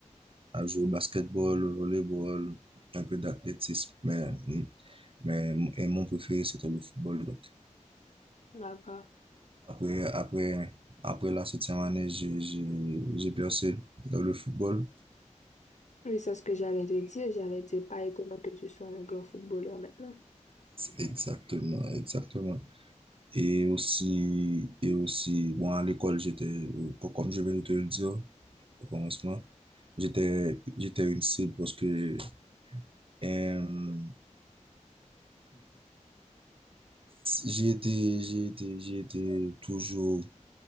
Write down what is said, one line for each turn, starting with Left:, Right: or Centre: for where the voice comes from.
Right: à jouer au basketball, au volleyball, un peu d'athlétisme, mais, mais et mon préféré, c'était le football. Donc,
Left: D'accord.
Right: après, après, après la septième année, j'ai, j'ai, j'ai percé dans le football.
Left: Oui, c'est ce que j'allais te dire. J'allais te dire, pas étonnant que tu sois un grand footballeur maintenant.
Right: Exactement, exactement. Et aussi, et aussi, bon, à l'école, j'étais, co- comme je viens de te le dire au commencement, j'étais, j'étais une cible parce que euh, j'ai été, j'ai été, j'ai été toujours